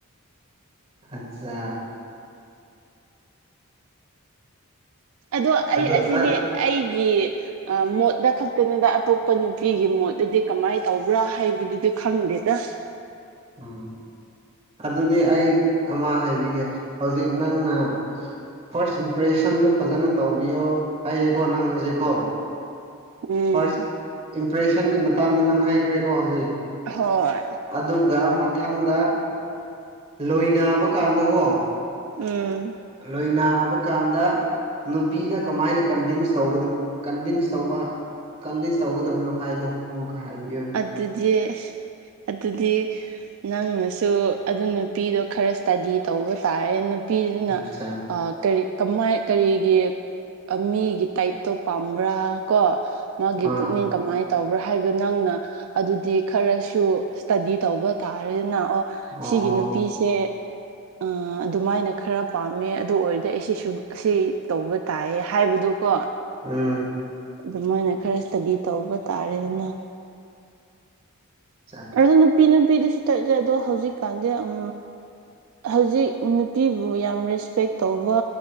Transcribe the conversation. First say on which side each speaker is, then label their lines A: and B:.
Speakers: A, on the right; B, on the right.
A: ꯑꯠꯆꯥ
B: ꯑꯗꯣ ꯑꯩ
A: ꯑꯗꯨ
B: ꯑꯁꯤꯗꯤ
A: ꯑ
B: ꯑꯩꯒꯤ ꯑꯥ ꯃꯣꯠꯗꯥ ꯈꯛꯇꯥꯅꯤꯗ ꯑꯇꯣꯞꯄ ꯅꯨꯄꯤꯒꯤ ꯃꯣꯠꯇꯥꯗꯤ ꯀꯃꯥꯏ ꯇꯧꯕ꯭ꯔꯥ ꯍꯥꯏꯕꯗꯨꯗꯤ ꯈꯪꯗꯦꯗ
A: ꯎꯝ ꯑꯗꯨꯗꯤ ꯑꯩ ꯑꯃꯥ ꯍꯥꯏꯕꯤꯒꯦ ꯍꯧꯖꯤꯛ ꯅꯪꯅ ꯐꯥꯔꯁ ꯏꯝꯄ꯭ꯔꯦꯁꯟꯗꯨ ꯐꯖꯅ ꯇꯧꯕꯤꯌꯣ ꯍꯥꯏꯌꯦꯀꯣ ꯅꯪ ꯍꯧꯖꯤꯛꯀꯣ
B: ꯎꯝ
A: ꯐꯥꯔꯁ ꯏꯝꯄ꯭ꯔꯦꯁꯟꯒꯤ ꯃꯇꯥꯡꯗ ꯅꯪ ꯍꯥꯏꯈ꯭ꯔꯦꯀꯣ ꯍꯧꯖꯤꯛ
B: ꯑꯍꯣꯏ
A: ꯑꯗꯨꯒꯥ ꯃꯊꯪꯗ ꯂꯣꯏ ꯅꯥꯕ ꯀꯥꯟꯗꯀꯣ
B: ꯎꯝ
A: ꯂꯣꯏꯅꯥꯕ ꯀꯥꯟꯗ ꯅꯨꯄꯤꯗꯥ ꯀꯃꯥꯏꯅ ꯀꯟꯚꯤꯟꯁ ꯇꯧꯒꯥꯅꯨ ꯀꯟꯚꯤꯟꯁ ꯇꯧꯕ ꯀꯟꯚꯤꯟꯁ ꯇꯧꯒꯗꯕꯅꯣ ꯍꯥꯏꯗꯣ ꯑꯃꯨꯛꯀꯥ ꯍꯥꯏꯕꯤꯌꯨꯅꯦ
B: ꯗꯨꯗꯤ ꯑꯗꯨꯗꯤ ꯅꯪꯅꯁꯨ ꯑꯗꯨ ꯅꯨꯄꯤꯗꯣ ꯈꯔ ꯏꯁꯇꯥꯗꯤ ꯇꯧꯕ ꯇꯥꯔꯦ ꯅꯨꯞ ꯄꯤꯗꯨꯅ
A: ꯑꯠꯆꯥ
B: ꯑꯥ ꯀꯔꯤ ꯀꯃꯥꯏ ꯀꯔꯤꯒꯤ ꯑꯥ ꯃꯤꯒꯤ ꯇꯥꯏꯞꯇꯣ ꯄꯥꯝꯕ꯭ꯔꯥ ꯀꯣ ꯃꯥꯒꯤ
A: ꯑꯥ
B: ꯄꯨꯛꯅꯤꯡ ꯀꯃꯥꯏ ꯇꯧꯕ꯭ꯔꯥ ꯍꯥꯏꯕꯗꯣ ꯅꯪꯅ ꯑꯗꯨꯗꯤ ꯈꯔꯁꯨ ꯏꯁꯇꯥꯗꯤ ꯇꯧꯕ ꯇꯥꯔꯦꯅ ꯑꯣ
A: ꯑꯣ
B: ꯁꯤꯒꯤ ꯅꯨꯄꯤꯁꯦ ꯑꯥ ꯑꯗꯨꯃꯥꯏꯅ ꯈꯔ ꯄꯥꯝꯃꯦ ꯑꯗꯨ ꯑꯣꯏꯔꯗꯤ ꯑꯩꯁꯤꯁꯨ ꯑꯁꯤ ꯇꯧꯕ ꯇꯥꯏꯌꯦ ꯍꯥꯏꯕꯗꯨꯀꯣ
A: ꯎꯝ
B: ꯑꯗꯨꯃꯥꯏꯅ ꯈꯔ ꯏꯁꯇꯥꯗꯤ ꯇꯧꯕ ꯇꯥꯔꯦꯗꯅ
A: ꯎꯝ
B: ꯑꯗꯣ ꯅꯨꯄꯤ ꯅꯨꯄꯤꯗꯁꯨ ꯇꯠꯂꯦ ꯑꯗꯣ ꯍꯧꯖꯤꯛꯀꯥꯟꯗꯤ ꯑꯝ ꯍꯧꯖꯤꯛ ꯅꯨꯄꯤꯕꯨ ꯌꯥꯝ ꯔꯦꯁꯄꯦꯛ ꯇꯧꯕ